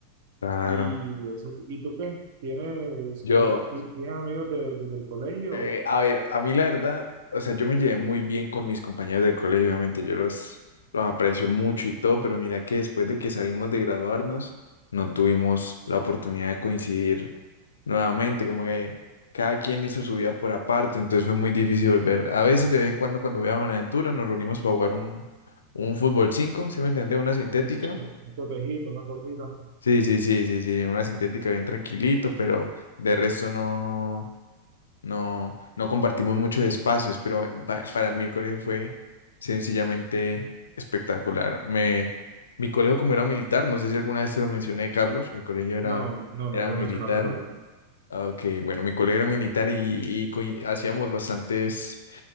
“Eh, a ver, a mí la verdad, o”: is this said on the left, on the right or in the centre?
Left